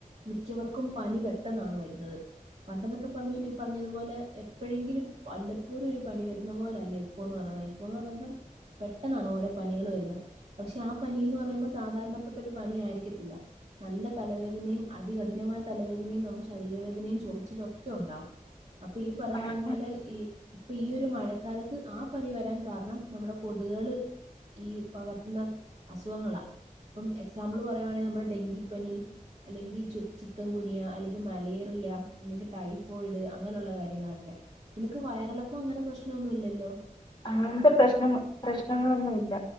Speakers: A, on the right; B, on the left.
A: മിക്കവർക്കും പനി പെട്ടെന്നാണ് വരുന്നത്. പണ്ടെന്നൊക്കെ പറഞ്ഞാല് ഈ പറഞ്ഞതുപോലെ എപ്പഴെങ്കിലും വല്ലപ്പോലു ഒരു പനി വരുന്ന പോലല്ല ഇപ്പോന്ന് പറഞ്ഞ ഇപ്പൊന്ന് പറേംമ്പ പെട്ടെന്നാണ് ഓരോ പനികള് വരുന്ന പക്ഷെ ആ പനീന്ന് പറയുമ്പോ സാധാരണപ്പെട്ട ഒരു പനി ആയിരിക്കത്തില്ല. നല്ല തലവേദനയും അതികഠിനമായ തലവേദനയും നമുക് ശരീരവേദനയും ചൊറിച്ചിലും ഒക്കെ ഉണ്ടാവും. അപ്പൊ ഈ പറയുന്ന
B: പ്രശ്നം
A: പോലെ ഈ ഇപ്പൊ ഈ ഒരു മഴക്കാലത്ത് ആ പനി വരാൻ കാരണം നമ്മുടെ കൊതുകള് ഈ പകർത്തുന്ന അസുഖങ്ങളാ ഇപ്പം എക്സാമ്പിൾ പറയുവാണെങ്കി നമ്മുടെ ഡെങ്കിപ്പനി അല്ലെങ്കിൽ ചു ചിക്കൻ ഗുനിയ അല്ലെങ്കി മലേറിയ അല്ലെങ്കി ടൈഫോയിഡ് അങ്ങനെയുള്ള കാര്യങ്ങളൊക്കെ നിനക്ക് വയറിളക്കം അങ്ങനെ പ്രശ്നം ഒന്നും ഇല്ലല്ലോ
B: അങ്ങനത്തെ പ്രശ്ന പ്രശ്നങ്ങളൊന്നും ഇല്ല